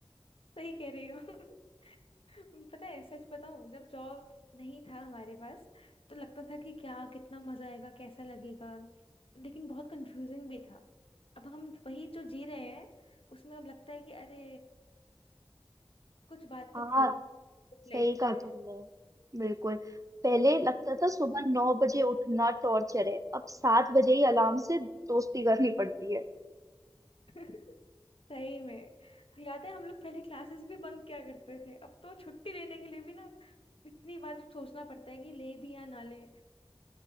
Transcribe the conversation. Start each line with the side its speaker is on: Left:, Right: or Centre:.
Left: सही कह रही हो <laughs> पता है सच बताऊं जब जॉब नहीं था हमारे पास तो लगता था कि क्या कितना मजा आएगा कैसा लगेगा लेकिन बहुत कंफ्यूजिंग भी था अब हम वही जो जी रहे हैं उसमें अब लगता है कि अरे कुछ बात
Right: हाँ
Left: तो थी लाइफ
Right: सही
Left: में
Right: कहा तुमने बिल्कुल पहले लगता था सुबह नौ बजे उठना टॉर्चर है अब सात बजे ही अलार्म से दोस्ती करनी पड़ती है
Left: <laughs> सही में याद है हम लोग पहले क्लासेस भी बंक किया करते थे अब तो छुट्टी लेने के लिए भी ना इतनी बार सोचना पड़ता है कि ले भी या ना ले